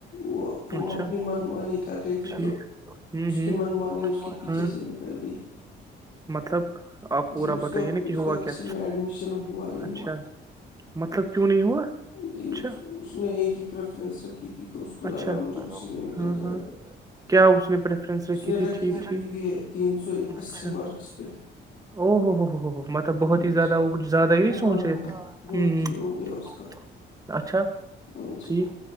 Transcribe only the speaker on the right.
اچھا
ٹھیک
ہوں
ہوں
ہاں
مطلب آپ پورا
بتائیے
نا کہ
ہوا
کیا
اچھا مطلب کیوں نہ ہواچھا
اچھا
ہاں
ہاں
کیا اس نے پریفرینس رکھی
تھی ٹھ
اچھا
او ہو ہو ہو ہو مطلب بہت
ہی زیادہ
وہچ زیادہ یہ
سوچے
تھے
ہ
اچھا
ٹھیک